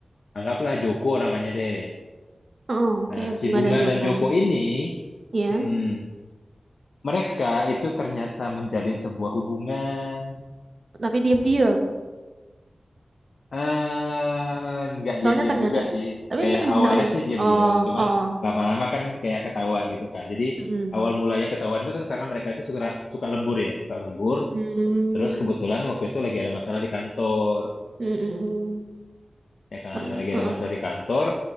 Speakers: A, on the left (about 80°); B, on the right (about 60°).
A: anggaplah Joko namanya deh.
B: Oh, oke
A: Nah,
B: bunga
A: si Bunga
B: dan Joko
A: dan Joko ini,
B: ya
A: mm-mm, mereka itu ternyata menjalin sebuah hubungan.
B: tapi diam-diam
A: eh nggak
B: soalnya
A: diam-diam
B: ternyata
A: juga sih.
B: tapi
A: Kayak
B: ternyata
A: awalnya
B: <laughs>
A: sih diam-diam,
B: oh oh
A: cuman
B: oh.
A: lama-lama kan kayak ketahuan gitu kan. Jadi
B: Mm-mm.
A: awal mulanya ketahuan itu kan karena mereka itu suka suka lembur ya, suka lembur.
B: Hmm.
A: Terus kebetulan waktu itu lagi ada masalah di kantor,
B: Mm-mm.
A: ya kan.
B: Ter-
A: Nah, lagi ada
B: uh-uh.
A: masalah di kantor,